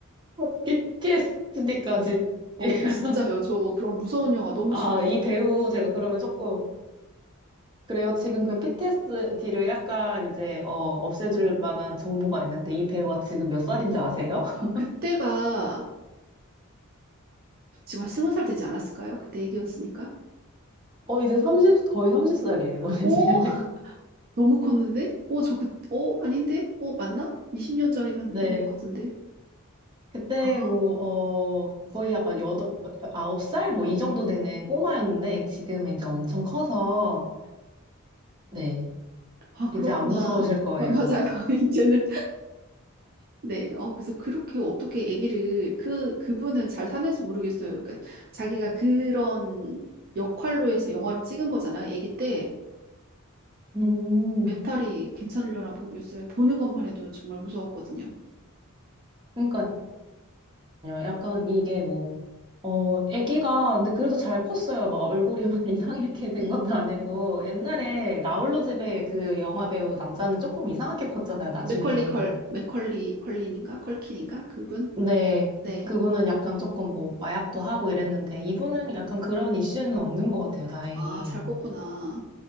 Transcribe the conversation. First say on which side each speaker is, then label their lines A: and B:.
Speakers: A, on the right (about 20°); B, on the right (about 45°).
A: 뭐, b t s d 까지
B: 어,
A: <laughs>
B: 나 진짜요. 저 그런 무서운 영화 너무
A: 아,
B: 싫어서.
A: 이 배우 제가 그러면 조금, 그래요. 지금 그 PTSD를 약간 이제 어, 없애줄 만한 정보가 있는데 이 배우가 지금 몇 살인지 아세요? <laughs>
B: 그때가 지금 한 스무 살 되지 않았을까요? 그때 애기였으니까.
A: 어 이제 30 거의 30살이에요. <laughs>
B: 오,
A: 이제.
B: 너무 컸는데? 오, 저 그, 오, 아닌데? 오, 맞나? 20년 전에 본
A: 네.
B: 것 같은데.
A: 그때
B: 아,
A: 뭐 어 거의 아마 여덟 아홉 살 뭐 이 정도 되는 꼬마였는데 지금은 이제 엄청 커서 네.
B: 아, 그렇구나.
A: 이제 안 무서우실 거예요.
B: 아, 맞아요. <laughs> 이제는. 네. 어, 그래서 그렇게 어떻게 아기를, 그, 그분은 잘 사는지 모르겠어요. 그러니까 자기가 그런 역할로 해서 영화를 찍은 거잖아요. 아기 때.
A: 음.
B: 멘탈이 괜찮으려나 모르겠어요. 보는 것만 해도 정말 무서웠거든요.
A: 그러니까요. 약간 이게 뭐 어, 아기가 근데 그래도 잘 컸어요. 막 얼굴이 막 <laughs> 이상하게 된
B: 음,
A: 것도 아니고 옛날에
B: 음.
A: 나 홀로 집에 그 영화 배우 남자는 조금 이상하게 컸잖아요. 나중에.
B: 맥컬리 컬, 맥컬리 컬린인가? 컬킨인가? 그분?
A: 근데
B: 네.
A: 그분은 약간 조금 뭐 마약도 하고 이랬는데 이분은 약간 그런 이슈는 없는 것 같아요. 다행히.
B: 아, 잘 껐구나.